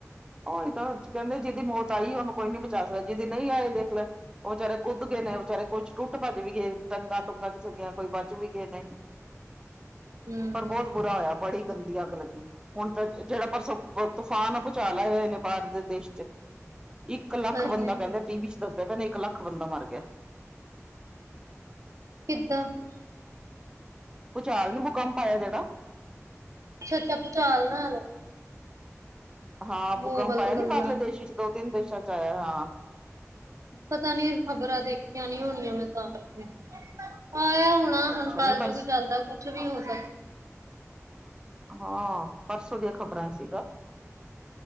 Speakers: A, on the right; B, on the right.
A: ਉਹ ਇਹ ਤਾਂ ਕਹਿੰਦੇ ਜਿਹਦੀ ਮੌਤ ਆਈ ਉਹਨੂੰ ਕੋਈ ਨੀ ਬਚਾ ਸਕਦਾ, ਜਿਹਦੀ ਨਹੀਂ ਆਏ ਦੇਖ ਲੈ ਉਹ ਜੇੜੇ ਕੁੱਦ ਗਏ ਨੇ, ਬਾਰੇ ਕੁਛ ਟੁੱਟ ਭੱਜ ਵੀ ਗਏ, ਟੰਗਾਂ ਟੁੰਗਾਂ ਕਿਸੇ ਦੀਆਂ ਕੋਈ ਬਚ ਵੀ ਗਏ ਨੇ।
B: ਹੂੰ
A: ਪਰ ਬਹੁਤ ਬੁਰਾ ਹੋਇਆ ਬੜੀ ਗੰਦੀ ਅੱਗ ਲੱਗੀ, ਹੁਣ ਤਾਂ ਜਿਹੜਾ ਪਰਸ ਤੂਫਾਨ ਝਾਲ ਆਏ ਹੋਏ ਨੇ ਬਾਹਰ ਦੇਸ਼ ਚ ਇੱਕ ਲੱਖ
B: ਹਾਂਜੀ
A: ਬੰਦਾ ਕਹਿੰਦੇ ਟੀ ਵੀ ਚ ਦਸਦੇ ਪਏ ਨੇ, ਇੱਕ ਲੱਖ ਬੰਦਾ ਮਰ ਗਿਆ
B: ਕਿਦਾਂ
A: ਭੂਚਾਲ ਨਈ ਭੁਕੰਪ ਆਇਆ ਜੇੜਾ
B: ਅੱਛਾ-ਅੱਛਾ ਭੂਚਾਲ ਨਾਲ
A: ਹਾਂ
B: ਭੂਗੋਲ
A: ਭੂਕੰਪ ਆਇਆ
B: ਦੀਆਂ
A: ਨੀ
B: ਗੱਲਾਂ
A: ਬਾਹਰਲੇ ਦੇਸ਼ 'ਚ ਦੋ ਤਿੰਨ ਦੇਸ਼ਾਂ 'ਚ ਆਇਆ ਹਾਂ।
B: ਪਤਾ ਨੀ ਖ਼ਬਰਾਂ ਦੇਖੀਆਂ ਨੀ ਹੋਣੀਆਂ ਮੈਂ ਤਾਂ ਕਰਕੇ ਆਇਆ ਹੋਣਾ
A: ਅੱਛਾ
B: ਹੁਣ ਕਲਯੁਗ
A: ਨਹੀਂ ਪਰ
B: ਚੱਲਦਾ ਕੁਛ ਵੀ ਹੋ ਸਕਦ
A: ਹਾਂ ਪਰਸੋਂ ਦੀਆ ਖਬਰਾਂ ਸੀਗਾ।